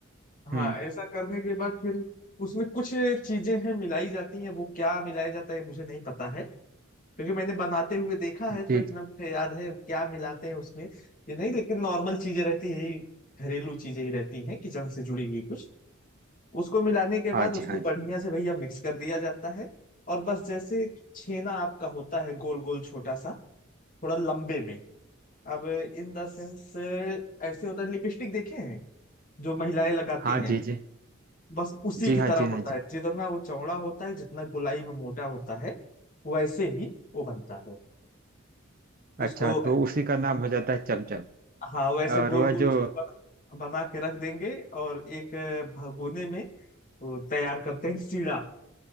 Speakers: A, on the left; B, on the right.
A: हाँ
B: हम्म
A: ऐसा करने के बाद फिर उसमें कुछ चीजें हैं मिलाई जाती हैं वो क्या मिलाया जाता है मुझे नहीं पता है क्योंकि मैंने बनाते हुए देखा है
B: जी
A: तो इतना
B: जी
A: मुझे याद है क्या मिलाते हैं उसमें ये नहीं लेकिन नॉर्मल चीजें रहती है यही घरेलू चीजें ही रहती हैं किचन से जुड़ी हुई कुछ उसको मिलाने के
B: हाँ
A: बाद उसको
B: जी हाँ जी
A: बढ़िया से भैया मिक्स कर दिया जाता है और बस जैसे छेना आपका होता है गोल गोल छोटा सा थोड़ा लंबे में अब इन द सेंस ऐसे होता है लिपस्टिक देखे हैं जो महिलाएं लगाती
B: हाँ
A: हैं
B: जी जी
A: बस उसी
B: जी
A: की
B: हाँ
A: तरह
B: जी
A: होता
B: हाँ जी
A: है जितना वो चौड़ा होता है जितना गोलाई में मोटा होता है वैसे ही वो बनता है उसको
B: अच्छा तो उसी का नाम हो जाता है चमचम
A: हाँ वैसे
B: और
A: गोल
B: वह
A: गोल
B: जो
A: उसको बना, बना के रख देंगे और एक भगोने में वो तैयार करते हैं सीड़ा